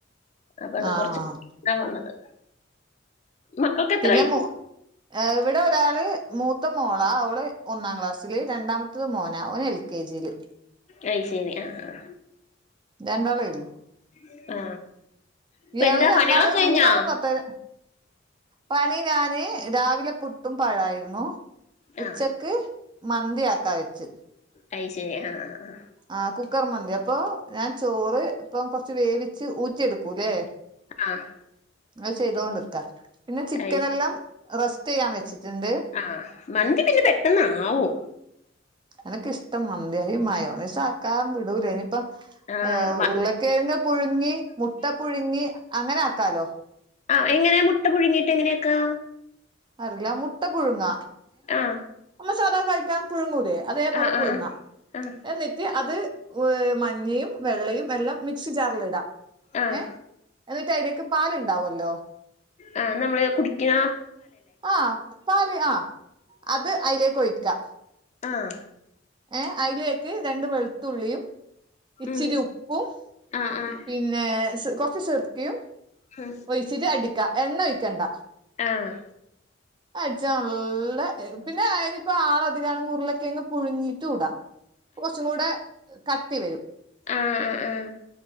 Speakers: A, on the left; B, on the right.
A: അപ്പൊ അത്
B: ആഹ്
A: കൊറച് എന്താ വന്നത് മക്കൾക്ക് എത്ര
B: പിന്നെ
A: വയസ്സ്
B: മ ഇവിടെ ഒരാള് മൂത്ത മോള അവള് ഒന്നാം ക്ലാസ് സ്സില് രണ്ടാമത്തത് മോന അവൻ എൽ കെ ജിയില്
A: അയ് ശരി ആഹ് ആഹ്
B: രണ്ടാള് വരു
A: ആ ആ ഇപ്പൊ
B: യാള്
A: എന്താ
B: രണ്ടാള്
A: പണികളൊക്കെ കഴിഞ്ഞാ
B: മൂന്നാളും കത്ത പണി ഞാന് രാവിലെ പുട്ടും പഴായിരുന്നു ഉച്ചക്ക്
A: ആ
B: മന്തിയാക്കാ വെച്
A: അയി ശരി ആഹ് ആഹ് ആഹ്
B: ആ കുക്കർ മന്തി അപ്പൊ ഞാൻ ചോറ് ഇപ്പൊ കൊറച്ച് വേവിച്ച് ഊറ്റിയെടുക്കൂല്ലേ
A: ആഹ്
B: അത് ചെയ്തോണ്ട്ക്ക പിന്നെ ചിക്കനെല്ലാം
A: അത് ശ-
B: റസ്റ്റ് ചെയ്യാൻ വെച്ചിട്ട്ണ്ട്
A: ആ മന്തി പിന്നെ പെട്ടെന്ന് ആവും
B: എനിക്ക് ഇഷ്ടം മന്തിയാ മയോനൈസാക്കാൻ വിടൂല ഇനിയിപ്പം
A: ആഹ്
B: ഏ
A: മ
B: ഉരുൾ കെഴങ്ങ് പുഴുങ്ങി മുട്ട പുഴുങ്ങി അങ്ങനെ ആക്കാലോ
A: ആ എങ്ങനെ മുട്ട പുഴുങ്ങീട്ട് എങ്ങനെയാക്കാ
B: അറിയില്ല മുട്ട പുഴുങ്ങ
A: ആഹ്
B: നമ്മ സാദാ കയിക്കാൻ പുഴുങ്ങൂലേ അതേപോലെ
A: ആഹ് ആഹ്
B: പുഴുങ്ങാ
A: ആഹ്
B: റ്റ് അത് മഞ്ഞയും വെള്ളയും എല്ലാം മിക്സി ജാറിൽ ഇടാ
A: ആഹ്
B: ഏ എന്നിട്ട് അയിലേക്ക് പാല്ണ്ടാവല്ലോ
A: ആ നമ്മള് കുടിക്ണ
B: ആ പാല് ആ അത് അയിലേക്ക് ഒയിക്കാ
A: ആഹ്
B: ഏഹ് അയിലേക്ക് രണ്ട് വെളുത്തുള്ളിയും ഇച്ചിരി
A: ഉം
B: ഉപ്പും
A: ആഹ് ആഹ്
B: പിന്നേ സ് കുറച്ചു സുർക്കയും
A: ഹ്
B: ഒയിച്ചിട്ട് അടിക്ക എണ്ണ ഒയിക്കെണ്ട
A: ആഹ്
B: അടിച്ചാ നല്ല എ പിന്നെ അയിലിപ്പോ ആളധിക <unintelligible> ഉരുള കിഴങ് പുഴുങ്ങി ചൂട കുറച്ചും കൂടെ കട്ടി വരും
A: ആ ആ ആ